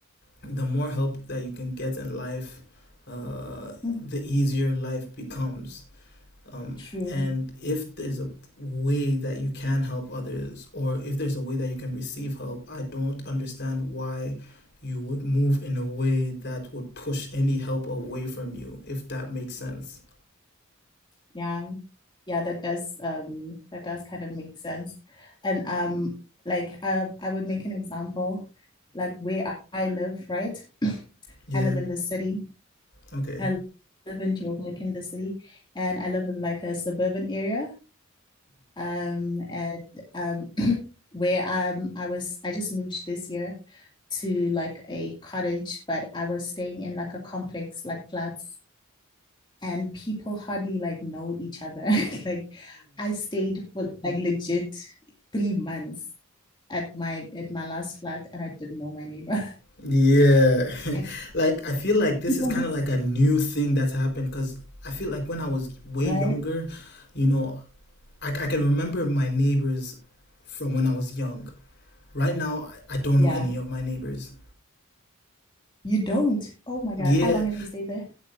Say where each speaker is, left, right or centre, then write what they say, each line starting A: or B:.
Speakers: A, on the left; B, on the left.
A: the more help that you can get in life, uh,
B: mm,
A: the easier life becomes. Um,
B: true.
A: and if there's a way that you can help others, or if there's a way that you can receive help, I don't understand why you would move in a way that would push any help away from you, if that makes sense.
B: Yeah. Yeah, that does um that does kind of make sense. And um like I I would make an example like where I I live, right? <clears throat>
A: Yeah,
B: I live in the city.
A: okay.
B: I live in Joburg in the city and I live in like a suburban area. Um and um <clears throat> where um I was I just moved this year to like a cottage, but I was staying in like a complex like flats and people hardly like know each other. <laughs> like I stayed for like legit three months at my at my last flat and I didn't know my neighbor.
A: Yeah.
B: <laughs>
A: <laughs>
B: I,
A: like I feel like this
B: people
A: is kind
B: just
A: of like a new thing that's happened cuz I feel like when I was way
B: right?
A: younger, you know, I, I can remember my neighbors from when I was young. Right now, I I don't
B: Yeah.
A: know any of my neighbors.
B: You don't. Oh my
A: Yeah,
B: God. How long have you stayed there?